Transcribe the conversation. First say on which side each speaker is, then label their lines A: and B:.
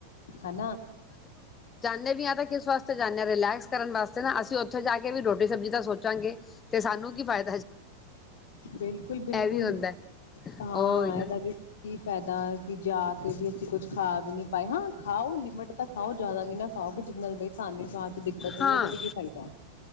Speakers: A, on the left (about 60°); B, on the left (about 20°).
A: ਹਨਾ
B: ਨੇ ਵੀ ਆ ਕਿਸ ਵਾਸਤੇ ਜਾਂਦੇ ਰਿਲੈਕਸ ਕਰਨ ਵਾਸਤੇ ਨਾ ਅਸੀਂ ਉੱਥੇ ਜਾ ਕੇ ਵੀ ਰੋਟੀ ਸਬਜ਼ੀ ਤਾਂ ਸੋਚਾਂਗੇ ਅਤੇ ਸਾਨੂੰ ਕੀ ਫਾਇ
A: ਬਿਲਕੁੱਲ-ਬਿਲਕੁੱਲ
B: ਵੀ ਹੁੰਦਾ
A: ਹਾਂ
B: ਉਹੀ ਨਾ
A: ਇਹਦਾ ਵੀ ਕੀ ਫਾਇਦਾ ਕੀ ਜਾ ਕੇ ਵੀ ਅਸੀਂ ਕੁੱਝ ਖਾ ਵੀ ਨੀ ਪਾਏ ਹਾਂ ਖਾਓ ਲਿਮਿਟ ਤਾਂ ਖਾਓ ਜ਼ਿਆਦਾ ਵੀ ਨਾ ਖਾਓ <unintelligible> ਦਿੱਕਤ ਹੋਈ
B: ਹਾਂ
A: ਉਹਦਾ ਵੀ ਕੀ ਫਾਇਦਾ